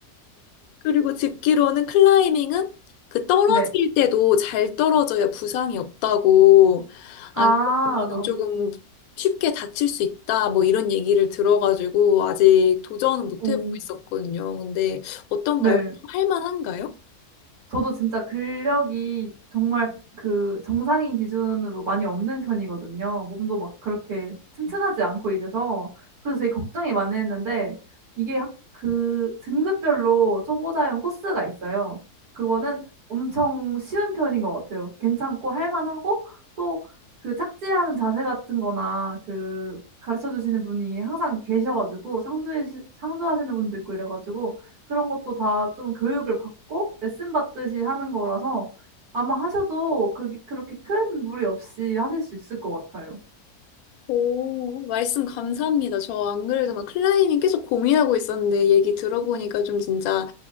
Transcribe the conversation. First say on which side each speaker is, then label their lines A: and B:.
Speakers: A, on the left (about 75°); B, on the right (about 80°).
A: 그리고 듣기로는 클라이밍은 그 떨어질
B: 네.
A: 때도 잘 떨어져야 부상이 없다고
B: 아,
A: 안 그러면 조금 쉽게 다칠 수 있다 뭐 이런 얘기를 들어가지고 아직 도전은 못
B: 오.
A: 해보고 있었거든요. 근데 어떤가요?
B: 네.
A: 좀 할만한가요?
B: 저도 진짜 근력이 정말 그 정상인 기준으로 많이 없는 편이거든요. 몸도 막 그렇게 튼튼하지 않고 이래서. 그래서 되게 걱정이 많이 했는데, 이게 학- 그 등급별로 초보자용 코스가 있어요. 그거는 엄청 쉬운 편인 것 같아요. 괜찮고 할만하고, 또 그 착지하는 자세 같은 거나 그 가르쳐 주시는 분이 항상 계셔가지고, 상주해, 상주하시는 분도 있고 이래가지고, 그런 것도 다 좀 교육을 받고 레슨 받듯이 하는 거라서 아마 하셔도 그, 그렇게 큰 무리 없이 하실 수 있을 것 같아요.
A: 오, 말씀 감사합니다. 저 안 그래도 막 클라이밍 계속 고민하고 있었는데 얘기 들어보니까 좀 진짜